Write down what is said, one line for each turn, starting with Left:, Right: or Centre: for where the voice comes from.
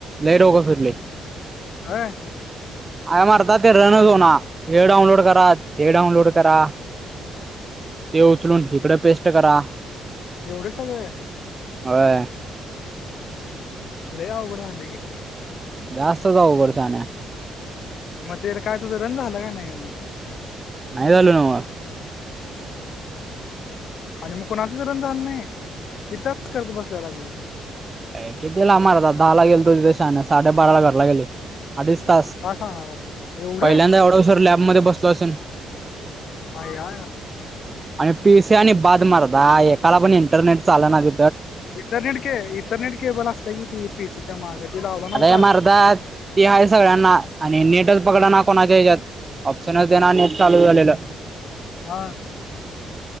Right: लय डोकं फिरले.
Left: आय
Right: अरे मर्दा ते रनच होना हे डाऊनलोड करा ते डाऊउनलोड करा ते उचलून हिकडं पेस्ट करा.
Left: एवढ सगळे
Right: होय.
Left: लय अवघडं झालं की.
Right: जास्तच अवघड शहाण्या.
Left: म तेर काय तुझं रन झालं का नाही मग?
Right: नाही झालं नव्हं. हं
Left: आणि मग कुणाचच रन झालं नाही इथंच करत बसल्याला ती.
Right: काय कितीला मर्दा आता दहाला गेलतो तिथं शहाण्या साडे बारा ला घरला गेले. अडीच तास
Left: काय सांगावं एवढं
Right: पहिल्यांदा एवढा उशीर लॅबमध्ये बसलो असेन.
Left: आईया
Right: आणि पी सी आणि बाद मर्दा एकाला पण इंटरनेट चालना बी.
Left: इंटरनेट के इंटरनेट केबल असतं की ती पी सी च्या मागं ती लावला नव्हता.
Right: आता हे मारदा ते आहे सगळ्यांना आणि नेटच पकडं ना कोणाच्या ह्याच्यात ऑप्शनच देणा नेट चालू झालेलं.
Left: हा.